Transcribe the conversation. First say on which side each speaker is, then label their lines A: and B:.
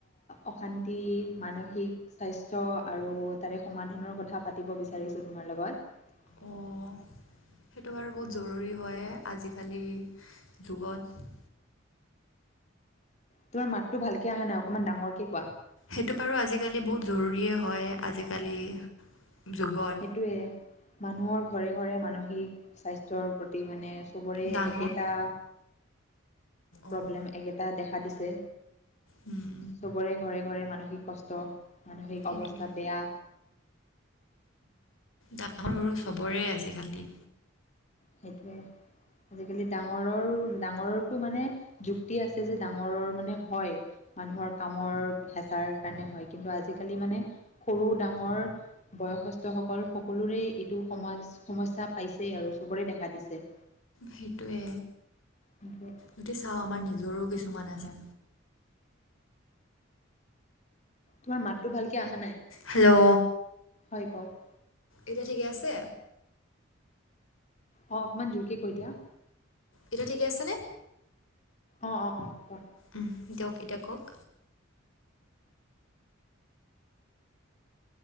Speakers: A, on the left (about 35°); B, on the left (about 80°).
A: অশান্তি, মানসিক স্বাস্থ্য আৰু তাৰে সমাধানৰ কথা পাতিব বিচাৰিছোঁ তোমাৰ লগত। <unintelligible>
B: অঁ সেইটো বাৰু বহুত জৰুৰী হয়, আজিকালি যুগত।
A: তোমাৰা মাততো ভালকে অহা নাই, অকমান ডাঙৰকে কোৱা।
B: সেইটো বাৰু আজিকালি বহুত জৰুৰীয়েই হয়, আজিকালি যুগত।
A: সেইটোয়ে, মানুহৰ ঘৰে ঘৰে মানসিক স্বাস্থ্যৰ প্ৰতি মানে চবৰে
B: ডাঙৰ
A: একেটা প্ৰব্লেম
B: অঁ
A: একেটা দেখা দিছে,
B: উম
A: চবৰে ঘৰে ঘৰে মানসিক কষ্ট। মানসিক
B: সেইটোৱে
A: অৱস্থা বেয়া।
B: ডাঙৰ সৰু চবৰে আজিকালি।
A: সেইটোৱে, আজিকালি ডাঙৰৰ ডাঙৰৰটো মানে যুক্তি আছে যে, ডাঙৰৰ মানে হয়। মানুহৰ কামৰ হেঁচাৰ কাৰণে হয়। কিন্তু আজিকালি মানে সৰু ডাঙৰ বয়স্থসকল সকলোৰেই টো সমাজ সমস্যা পাইছেই আৰু চবৰে দেখা দিছে।
B: সেইটোৱে।
A: সেইটোৱে।
B: যদি চাওঁ আমাৰ নিজৰো কিছুমান আছে।
A: তোমাৰ মাতটো ভালকে অহা নাই
B: হেল্ল'
A: হয় কওঁক।
B: এতিয়া ঠিকে আছে?
A: অ', অকমান জোৰকে কৈ দিয়া।
B: এটিয়া ঠিকে আছেনে?
A: অ', অ', অ', কোৱা।
B: উম, দিয়ক এতিয়া কওঁক।